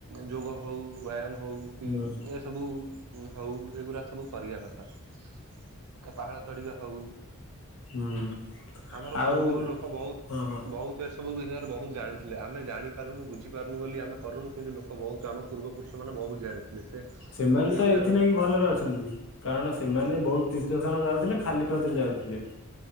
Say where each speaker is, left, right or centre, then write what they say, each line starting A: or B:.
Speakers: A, on the right (about 90°); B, on the left (about 60°).
A: ଯୋଗ ହଉ ବ୍ୟାୟାମ ହଉ କି
B: ହୁଁ
A: ଏ ସବୁ? ହଉ ଏଗୁୁରା ସବୁ କରିବା କଥା ପାହାଡ଼ ଚଢିବା ହଉ।
B: ହୁଁ
A: ଆମର
B: ଆଉ
A: ପୂର୍ବରୁ ଲୋକ ବହୁତ
B: ହଁ ହଁ
A: ବହୁତ ଏସବୁ ବିଷୟରେ ବହୁତ ଜାଣିଥି ଆମେ ଜାଣି ପାରୁନୁ ବୁଝିପାରୁନୁ ବୋଲି ଆମେ କରୁନୁ କିନ୍ତୁ ଲୋକ ବହୁତ ଆମ ପୂର୍ବ ପୁରୁଷ ମାନେ ବହୁତ ଜାଣିଥିଲେ ସେ
B: ସେମାନେ
A: ସେଇ
B: ତ
A: ହିସାବରେ
B: ଏଥି ଲାଗିଭଲରେ ଅଛନ୍ତି କାରଣ ସେମାନେ
A: ହୁଁ
B: ବହୁତ ତୀର୍ଥ ସ୍ଥାନ ଯାଉଥିଲେ ଖାଲିପଦରେ ଯାଉଥିଲେ।